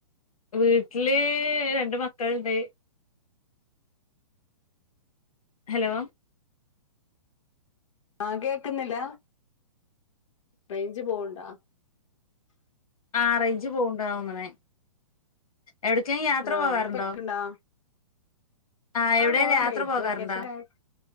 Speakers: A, on the left (about 85°); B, on the left (about 60°).
A: വീട്ടില് രണ്ട് മക്കളിണ്ട്. ഹലോ.
B: ആ കേക്ക്‌ന്നില്ല റേയിഞ്ച് പോവുണ്ടാ.
A: ആ റെയിഞ്ച് പോവണ്ട് ന്ന തോന്നണേ. എവിടറ്റെങ്കും യാത്ര
B: ആഹ്
A: പോവാറുണ്ടോ.
B: ഇപ്പ കേക്ക്ണ്ടോ
A: ആഹ് എവിടെലും
B: പോവ്ണ്ടേ
A: യാത്ര പോകാറുണ്ടോ
B: വെക്കേഷൻ ആയ